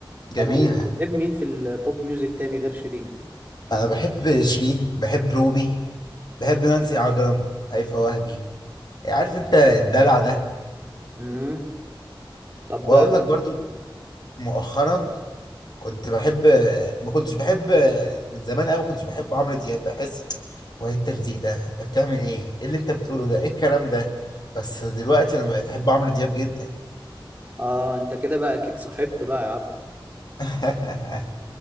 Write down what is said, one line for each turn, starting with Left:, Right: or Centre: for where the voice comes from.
Left: جميله
Right: طب قولي بتحب مين في البوب ميوزك تاني غير شيرين؟
Left: انا بحب شيرين بحب روبي بحب نانسي عجرم هيفاء وهبي عارف انت الدلع ده
Right: مم. طب
Left: واقول لك برضو مؤخرا كنت بحب ما كنتش بحب من زمان قوي ما كنتش بحب عمرو دياب بحس هو ايه التلزيق ده انت بتعمل ايه ايه اللي انت بتقوله ده ايه الكلام ده بس دلوقتي انا بقيت احب عمرو دياب جدا
Right: اه انت كده بقى اكيد صاحبت بقى يا عبد
Left: <laughs>